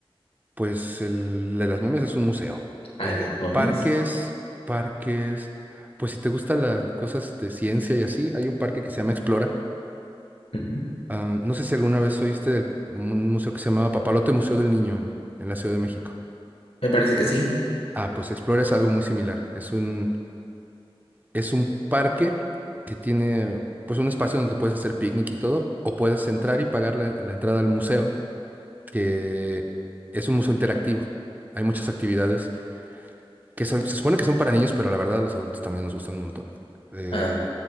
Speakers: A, on the right; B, on the left.
A: Pues el de las momias es un museo.
B: Ah,
A: Eh,
B: en las momias.
A: parques, parques. Pues si te gustan las cosas de ciencia y así, hay un parque que se llama Explora.
B: Ujú.
A: Ah, no sé si alguna vez oíste del un museo que se llamaba Papalote Museo del Niño en, en la Ciudad de México.
B: Me parece que sí.
A: Ah, pues Explora es algo muy similar. Es un, es un parque que tiene pues un espacio donde puedes hacer picnic y todo, o puedes entrar y pagar la, la entrada al museo, que es un museo interactivo. Hay muchas actividades que son- se supone que son para niños, pero la verdad a los adultos también nos gustan un montón. Eh,
B: Ah,